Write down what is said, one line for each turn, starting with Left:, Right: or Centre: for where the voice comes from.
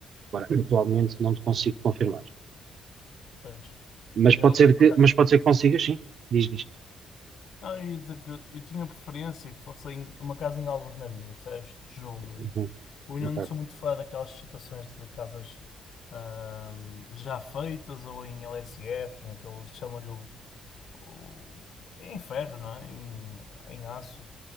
Right: Agora, atualmente não te consigo confirmar.
Left: Pois.
Right: Mas
Left: Eu,
Right: pode ser
Left: eu, por
Right: que,
Left: acaso-
Right: mas pode ser que consigas, sim. Diz, diz.
Left: não, eu ia dizer que eu tinha preferência que fosse em- uma casa em albernaria, percebes? Tijolo mesmo.
Right: Uhum.
Left: Eu ainda
Right: ok.
Left: não sou muito fã daquelas situações de casas ahm, já feitas ou em LSF, naqueles chamam-lhe o, o- em ferro, não é? Em, em aço.